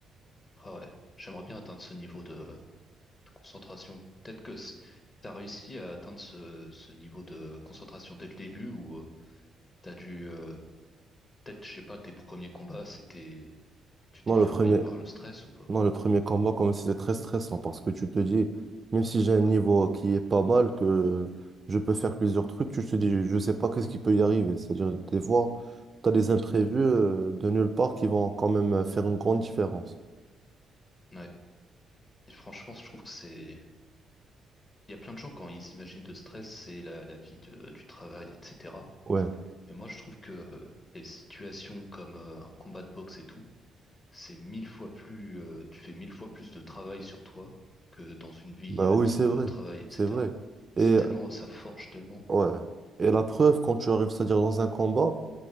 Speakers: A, on the left; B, on the right.
A: ah ouais. J'aimerais bien atteindre ce niveau de, de concentration. Peut-être que c- t'as réussi à atteindre ce, ce niveau de concentration dès le début ou euh, t'as dû, euh, peut-être, je sais pas, tes premiers combats, c'était, tu t'es
B: Non,
A: fait
B: le premier,
A: envahir par le stress ou pas?
B: Non, le premier combat, comme si c'était très stressant parce que tu te dis, même si j'ai un
A: Ouais,
B: niveau qui est pas mal, que je peux faire plusieurs trucs, tu te dis, je sais pas qu'est-ce qui peut y arriver. C'est-à-dire, des fois, tu as des imprévus euh, de nulle part qui vont quand même euh, faire une grande différence.
A: ouais. Et franchement, je trouve que c'est Il y a plein de gens quand ils imaginent le stress, c'est la, la vie de- du travail, etc.
B: Ouais,
A: Mais moi, je trouve que euh, les situations comme euh, un combat de boxe et tout, c'est mille fois plus, euh, tu fais mille fois plus de travail sur toi que dans une vie
B: bah
A: euh,
B: oui,
A: type
B: c'est vrai,
A: euh, travail, etc.
B: c'est vrai.
A: C'est
B: Et
A: tellement, ça forge tellement.
B: ouais, et la preuve, quand tu arrives, c'est-à-dire dans un combat,